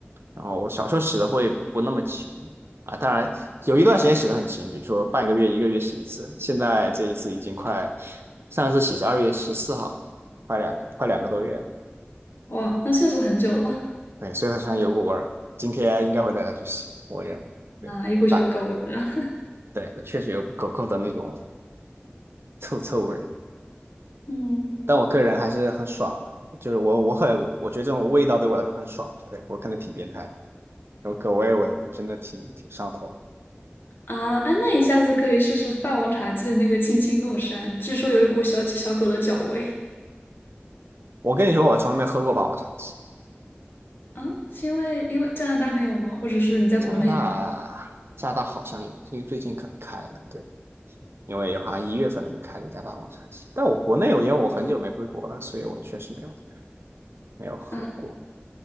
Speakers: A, on the right (about 70°); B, on the left (about 55°).
A: 然后我小时候洗的会不那么勤啊，当然有一段时间洗的很勤，比如说半个月、一个月洗一次。现在这一次已经快，上一次洗是二月十四号，快两个快两个多月了。
B: 哇，那确实很久了
A: 对，所以他身上有股味儿，今天应该会带他去洗，我认为。对，
B: 啊，一股小狗味了。
A: 大对，确实有狗狗的那种 <laughs> 臭臭味儿，
B: 嗯
A: 但我个人还是很爽的。就是我我很我觉得这种味道对我来说很爽，对我看能挺变态。有葛威我我真的挺挺上头的。
B: 啊，哎，那你下次可以试试霸王茶姬的那个青青诺山，据说有一股小小狗的脚味
A: 我跟你说，我从来没喝过霸王茶姬。
B: 啊，是因为因为加拿大没有吗？或者是你在国内没有？
A: 加拿大，加拿大好像有，最最近可能开了，对，因为好像一月份可能开了一家霸王茶姬。但我国内，我因为我很久没回国了，所以我确实没有没有喝过。
B: 啊，